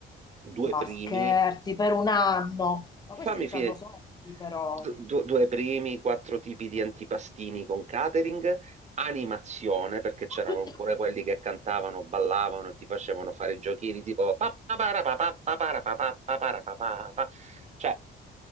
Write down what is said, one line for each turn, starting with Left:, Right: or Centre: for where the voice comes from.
Right: due
Left: Ma
Right: primi,
Left: scherzi, per un anno. Ma
Right: fammi
Left: questi
Right: finire,
Left: hanno soldi però.
Right: du- du- due primi, quattro tipi di antipastini con catering, animazione, perché c'erano
Left: <coughs>
Right: pure quelli che cantavano, ballavano e ti facevano fare i giochini tipo pa- pa- para- pa- pa- pa- para- pa- pa- pa- para- pa- pa- pa. Cioè,